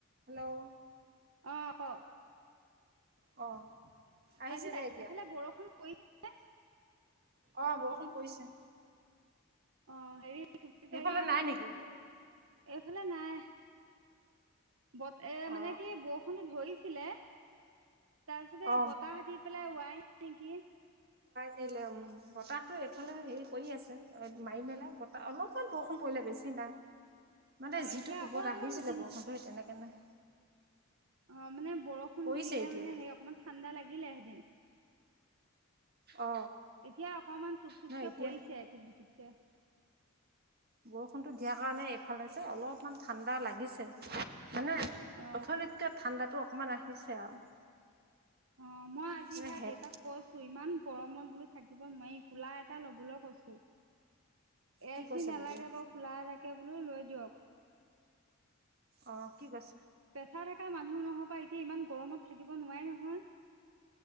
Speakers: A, on the right; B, on the right.
A: হেল্ল'
B: অ', ক'
A: অ', আহিছে
B: আজি
A: দে
B: কাঠফালে
A: এতিয়া
B: বৰষুণ পৰিছে
A: অ', বৰষুণ পৰিছে।
B: অ', হেৰি কি বুলি
A: সেইফালে
B: কই, এয়া
A: নাই নেকি
B: এইফালে নাই। বত এ মানে
A: অ
B: কি বৰষুণো ধৰিছিলে তাৰ পিছতে
A: অ
B: বতাহ দি পেলাই ওৱাই নেকি
A: এই বতাহটো এইফালেও হেৰি কৰি আছে মাৰি মেলাই বতাহ অলপমান বৰষুণ পৰিলে বেছি মানে
B: অ
A: যিটো
B: এতিয়া
A: কোবত
B: অকমান
A: আহিছিলে
B: কিন
A: বৰষুণটো সেই তেনেকেনে নাই।
B: অ', মানে বৰষুণতটো
A: পৰিছে
B: দিলে
A: এতিয়া
B: মানে হে অকমান ঠাণ্ডা লাগিলে সেদিন।
A: অ
B: এতিয়া অকণমান টোপ টোপকে
A: নহয় এতিয়া
B: পৰিছে টোপ দুুটুপকে।
A: বৰষুণটো দিয়াৰ কাৰণে এইফালে যে অলপমান ঠাণ্ডা লাগিছে। মানে
B: অ
A: অথনিতিকে ঠাণ্ডাতো অকমান আহিছে আৰু।
B: অ', মই আজি
A: মানে
B: সেইয়া
A: হেড
B: দেউতাক কৈছো, ইমান গৰমত বোলো থাকিব নোৱাৰি, কোলাৰ এটা লবলৈ কৈছো। এ
A: কি কৈছে
B: চি নালাগে
A: তেতিয়া
B: বাৰু কোলাৰ এটাকে বোলো লৈ দিয়ক।
A: অ', কি কৈছে?
B: চাই থকা মানুহ, নহবা এতিয়া ইমান গৰমত থাকিব নোৱাৰে নহয়।